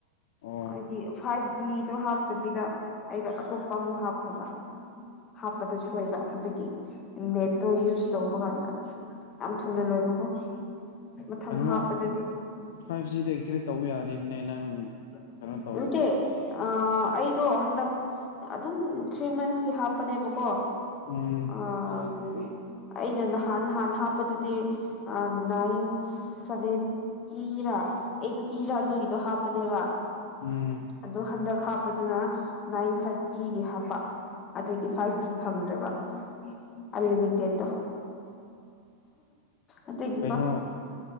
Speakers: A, on the left; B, on the left.
A: ꯑꯣ
B: ꯑꯣꯏꯗꯤ ꯐꯥꯏꯕ ꯖꯤꯗꯣ ꯍꯥꯞꯇꯕꯤꯗ ꯑꯩꯗꯣ ꯑꯇꯣꯞꯄ ꯑꯃꯨꯛ ꯍꯥꯞꯈ꯭ꯔꯕ ꯍꯥꯞꯄꯗ ꯁꯣꯏꯕ ꯑꯗꯨꯒꯤ ꯅꯦꯠꯇꯣ ꯌꯨꯁ ꯇꯧꯕꯀꯥꯟꯗ ꯌꯥꯝ ꯊꯨꯅ ꯂꯣꯏꯕꯀꯣ ꯃꯊꯪ
A: ꯀꯩꯅꯣꯃ
B: ꯍꯥꯞꯄꯗꯗꯤ
A: ꯐꯥꯏꯚ ꯖꯤꯗ ꯑꯦꯛꯇꯤꯚꯦꯠ ꯇꯧꯕ ꯌꯥꯔꯤꯝꯅꯦ ꯅꯪ
B: <unintelligible>
A: ꯀꯩꯅꯣ ꯇꯧꯔꯗꯤ
B: ꯑꯥ ꯑꯩꯗꯣ ꯍꯟꯗꯛ ꯑꯗꯨꯝ ꯊ꯭ꯔꯤ ꯃꯟꯁꯀꯤ ꯍꯥꯞꯄꯅꯦꯕꯀꯣ
A: ꯎꯝ
B: ꯑꯥꯝ ꯑꯩꯅ ꯅꯍꯥꯟ ꯅꯍꯥꯟ ꯍꯥꯞꯄꯗꯨꯗꯤ ꯑ ꯅꯥꯏꯟ ꯁꯚꯦꯟꯇꯤ ꯏꯔꯥ ꯑꯩꯇꯤꯔꯥ ꯑꯗꯨꯒꯤꯗꯣ ꯍꯥꯞꯄꯅꯦꯕ
A: ꯎꯝ
B: ꯑꯗꯣ ꯍꯟꯗꯛ ꯍꯥꯞꯄꯗꯨꯅ ꯅꯥꯏꯟ ꯊꯥꯔꯇꯤꯒꯤ ꯍꯥꯞꯄ ꯑꯗꯒꯤ ꯐꯥꯏꯚ ꯖꯤ ꯐꯪꯗ꯭ꯔꯕ ꯑꯟꯂꯤꯃꯤꯇꯦꯠꯇꯣ ꯑꯇꯩ ꯗꯤꯀꯣ
A: ꯀꯩꯅꯣ